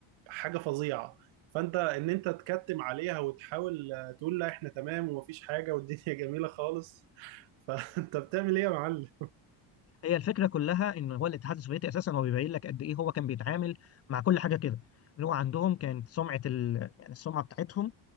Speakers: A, on the right; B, on the left.
A: حاجة فظيعة فأنت إن أنت تكتم عليها وتحاول آه، تقول لا إحنا تمام ومفيش حاجة والدنيا جميلة خالص <laughs> فأنت بتعمل إيه يا معلم؟
B: هي الفكره كلها ان هو الاتحاد السوفيتي اساسا هو بيبين لك قد ايه هو كان بيتعامل مع كل حاجه كده اللي هو عندهم كانت سمعه ال... يعني السمعه بتاعتهم